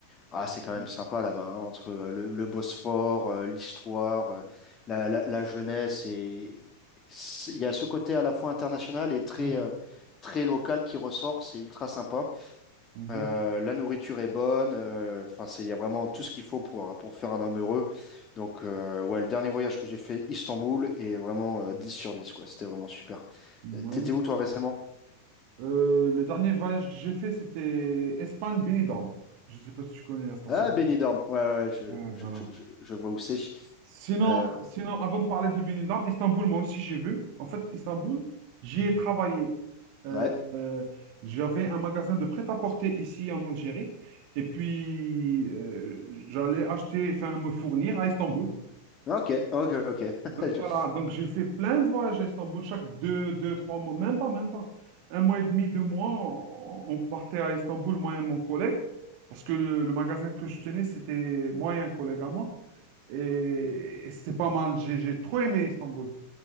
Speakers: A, on the left; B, on the right.
A: Ah, c'est
B: ok,
A: quand même sympa là-bas, hein, entre euh, le, le Bosphore, euh, l'histoire, euh, la, la, la jeunesse. Et c'est- il y a ce côté à la fois international et très,
B: mhm,
A: euh, très local qui ressort. C'est ultra sympa.
B: mhm,
A: Euh, la nourriture est bonne. euh, Enfin, c'est, il y a vraiment tout ce qu'il faut pour, euh, pour faire un homme heureux. Donc, euh, ouais, le dernier voyage que j'ai fait, Istanbul, est vraiment euh, 10 sur 10 quoi. C'était vraiment super.
B: mhm,
A: Euh, T'étais
B: mhm.
A: où, toi, récemment?
B: Euh, le dernier voyage que j'ai fait, c'était Espagne-Benidorm. Je ne sais pas si tu connais la station.
A: Ah, Benidorm. Ouais, ouais, ouais, je,
B: Ouais,
A: je,
B: voilà.
A: je, je je vois où c'est.
B: Sinon,
A: Euh,
B: sinon, avant de parler de Benidorm, Istanbul, moi aussi j'ai vu. En fait, Istanbul, j'y ai travaillé. Euh,
A: ouais.
B: euh, j'avais un magasin de prêt-à-porter ici en Algérie. Et puis, euh, j'allais acheter, enfin, me fournir à Istanbul.
A: Ah, Ok, ok, ok.
B: Donc
A: <laughs>
B: voilà,
A: Je-
B: donc j'ai fait plein de voyages à Istanbul, chaque deux, deux, trois mois, même pas, même pas. Un mois et demi, deux mois, on on partait à Istanbul, moi et mon collègue, parce que le, le magasin que je tenais, c'était moi et un collègue à moi. Et, et c'était pas mal, j'ai j'ai trop aimé Istanbul.